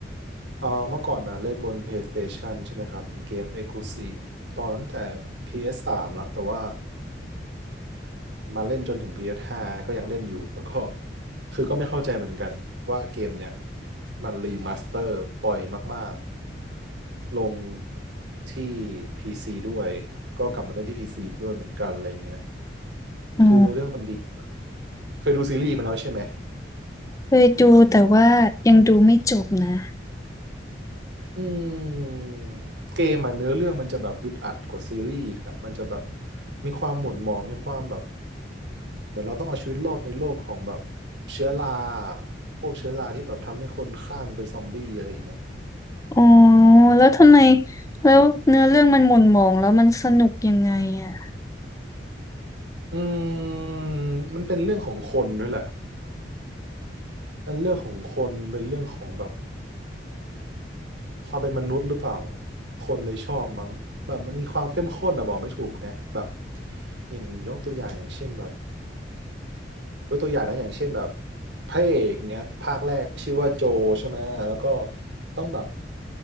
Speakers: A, on the right (about 70°); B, on the left (about 15°).
A: เอ่อเมื่อก่อนนะเล่นบน PlayStation ใช่ไหมครับเป็นเกม Exclusive ตอนตั้งแต่ PS3 แล้วแต่ว่ามาเล่นจนถึง PS5 ก็ยังเล่นอยู่แล้วก็คือก็ไม่เข้าใจเหมือนกันว่าเกมเนี้ยมันรีมาสเตอร์ปล่อยมากๆลงที่ PC ด้วยก็กลับมาเล่นที่ PC ด้วยเหมือนกันอะไรอย่างเงี้ย
B: อ๋อ
A: คือเนื้อเรื่องมันดีเคยดูซีรีส์มันแล้วใช่ไหม
B: เคยดูแต่ว่ายังดูไม่จบนะ
A: อืมเกมอ่ะเนื้อเรื่องมันจะแบบอึดอัดกว่าซีรีส์อีกอ่ะมันจะแบบมีความหม่นหมองมีความแบบเหมือนเราต้องเอาชีวิตรอดในโลกของแบบเชื้อราพวกเชื้อราที่แบบทำให้คนคลั่งเป็นซอมบี้อะไรอย่างเงี้ย
B: อ๋อแล้วทำไมแล้วเนื้อเรื่องมันหม่นหมองแล้วมันสนุกยังไงอ่ะ
A: อืมมันเป็นเรื่องของคนด้วยแหละเป็นเรื่องของคนเป็นเรื่องของแบบความเป็นมนุษย์หรือเปล่าคนเลยชอบมั้งแบบมันมีความเข้มข้นอะบอกไม่ถูกไงแบบอย่างยกตัวอย่างอย่างเช่นแบบ ยกตัวอย่างนะอย่างเช่นแบบพระเอกเนี้ยภาคแรกชื่อว่าโจใช่ไหมแล้วก็ต้องแบบ